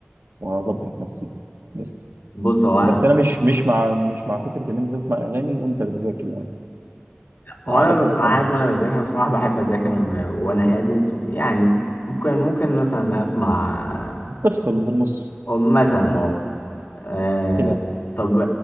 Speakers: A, on the right (about 75°); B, on the left (about 50°).
A: واظبط نفسي بس
B: بص هو
A: بس انا مش مش مع مش مع فكره ان انت تسمع اغاني وانت بتذاكر يعني
B: هو
A: عقلك
B: انا ما بسمعهاش
A: ممكن
B: وانا بذاكر انا بصراحه بحب اذاكر وانا هادي بس يعني ممكن ممكن مثلا اسمع
A: تفصل بالنص
B: أو مثلا اه آه،
A: كده
B: طب